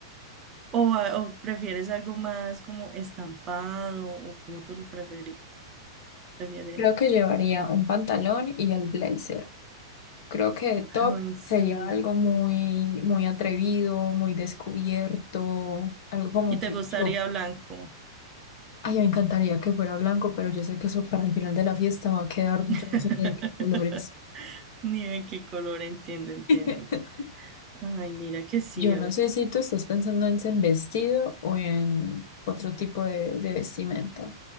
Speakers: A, on the right; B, on the left.
A: o, a- o prefieres algo más como estampado, o como tú lo preferi- prefieres.
B: Creo que llevaría un pantalón y el blazer. Creo que top
A: Ay, sí.
B: sería algo muy, muy atrevido, muy descubierto, algo como
A: Y te
B: que
A: gustaría
B: yo,
A: blanco.
B: ay, me encantaría que fuera blanco, pero yo sé que eso para el final de la fiesta va a quedar, yo
A: <laughs>
B: no sé ni de qué colores.
A: Ni de qué color, entiendo, entiendo.
B: <laughs>
A: Ay, mira que sí.
B: Yo
A: eh.
B: no sé si tú estás pensando en en vestido o en otro tipo de, de vestimenta.